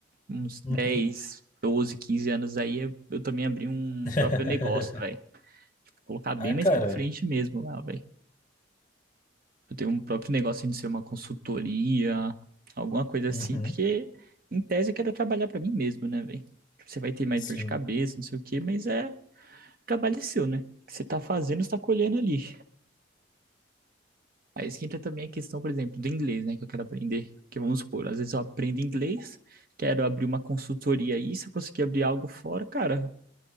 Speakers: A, on the right; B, on the left.
A: Uns
B: uhum.
A: 10, 12, 15 anos aí, eu eu também abri um
B: <laughs>
A: próprio negócio, velho. Tipo, colocar bem
B: Ah,
A: mais
B: cara,
A: pra frente mesmo lá, velho. Eu tenho um próprio negócio de ser uma consultoria, alguma coisa assim,
B: uhum.
A: porque em tese eu quero trabalhar pra mim mesmo, né, velho? Você vai ter mais
B: Sim,
A: dor de cabeça, não sei o quê, mas é o trabalho é seu, né? O que você tá fazendo, você tá colhendo ali. Aí isso que entra também a questão, por exemplo, do inglês, né, que eu quero aprender. Porque vamos supor, às vezes eu aprendo inglês, quero abrir uma consultoria aí, se eu conseguir abrir algo fora, cara,